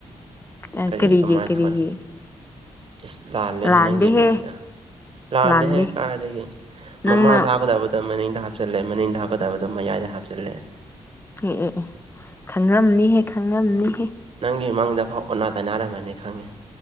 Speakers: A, on the left; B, on the right.
A: <unintelligible>
B: ꯀꯔꯤ
A: ꯀꯔꯤꯒꯤ
B: ꯀꯃꯥꯏ
A: ꯀꯔꯤꯒꯤ
B: ꯊꯣꯟ ꯏꯁ ꯂꯥꯜꯂꯦꯍꯦ
A: ꯂꯥꯟꯗꯦꯍꯦ
B: ꯅꯪꯒꯤ ꯃꯤꯡꯗ ꯂꯥꯜꯂꯦꯍꯦ
A: ꯂꯥꯟꯗꯦ
B: ꯀꯥꯏꯗꯒꯤ
A: ꯅꯪꯅ
B: ꯃꯃꯥꯡꯗ ꯍꯥꯞꯀꯗꯕ ꯅ ꯃꯅꯤꯡꯗ ꯍꯥꯞꯆꯤꯜꯂꯦ ꯃꯅꯤꯡꯗ ꯍꯥꯞꯀꯗꯕꯗꯣ ꯃꯌꯥꯏꯗ ꯍꯥꯞꯆꯤꯜꯂꯦ
A: ꯑꯦ ꯑꯦ ꯑꯦ ꯈꯪꯔꯝꯅꯤꯍꯦ ꯈꯪꯔꯝꯅꯤꯍꯦ
B: ꯅꯪꯒꯤ ꯃꯪꯗ ꯐꯥꯎ ꯑꯣꯅꯥ ꯇꯥꯏꯅꯔꯝꯃꯅꯤ ꯈꯪꯉꯦ